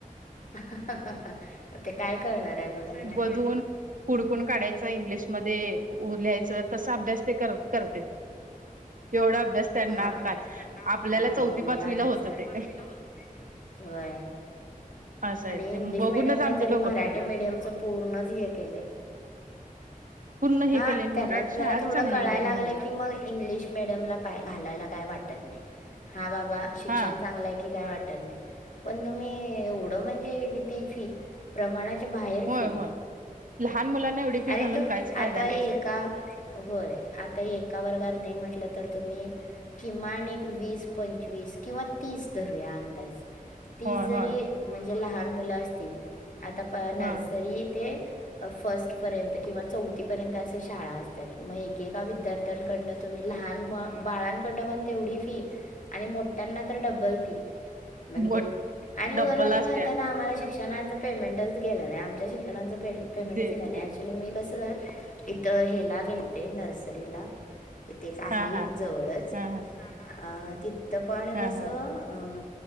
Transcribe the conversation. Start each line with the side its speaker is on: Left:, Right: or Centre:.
Left: ह् हा ते काय कळणार आहे मुलांना
Right: मग धुवून हुडकून काढायचं इंग्लिश मध्ये ऊ लिहायचं तसं अभ्यास ते करतयं. एवढा अभ्यास त्यांना
Left: हा
Right: काय आपल्याला
Left: नाही
Right: चौथी
Left: लई
Right: पाचवीला
Left: अभ्यास
Right: होतं
Left: आहं
Right: ते
Left: होय.
Right: असं आहे
Left: आणि
Right: ते
Left: इंग्लिश
Right: बघूनच
Left: मिडियमने
Right: आमचं
Left: तरी
Right: डोकं
Left: मराठी
Right: फिरतय
Left: मिडियमच पूर्णच हे केलंय.
Right: पूर्ण हे
Left: हा
Right: केले मराठी
Left: त्यांना
Right: शाळाच
Left: जरा थोडं
Right: चांगली
Left: कळायला
Right: मेन म्हणजे
Left: लागलं की मग इंग्लिश मिडियमला घालायला काय वाटत नाही हा बाबा शिक्षण
Right: हा
Left: चांगलंय की काय वाटत नाही. पण तुम्ही एवढं म्हणजे किती फी प्रमाणाच्या बाहेर
Right: होय
Left: फी
Right: होय लहान मुलांना एवढी फी
Left: अरे
Right: घालून
Left: तू
Right: काहीच फायदा
Left: आता
Right: नाही
Left: एक का होय आता एका वर्गात नाही म्हटलं तर तुम्ही किमान एक वीस पंचवीस किंवा तीस धरूया अंदाज तीस
Right: होय
Left: जरी
Right: होय
Left: म्हणजे लहान मुलं असतील आता पहा नर्सरी
Right: ह
Left: ते फर्स्ट पर्यंत किंवा चौथीपर्यंत असं शाळा असतात मग एकेका विद्यार्थी तण कडनं तुम्ही लहान बाळांकडनं पण तेवढी फी आणि मोठ्यांना तर डबल फी म्हणजे
Right: मोठ
Left: आणि
Right: डब्बल
Left: वर म्हणतात
Right: असत्या
Left: आम्हाला शिक्षणाचं पेमेंटच गेलं नाही आ त्या शिक्षणाचं पेमेंटचं
Right: दे
Left: केलं नाही
Right: घे.
Left: ऍक्च्युली मी कसं इथं हेला गेलते नर्सरीला इथे एक आहे
Right: हा हा
Left: जवळच
Right: हा हा
Left: अ तिथं पण
Right: हा
Left: कसं
Right: हा
Left: अ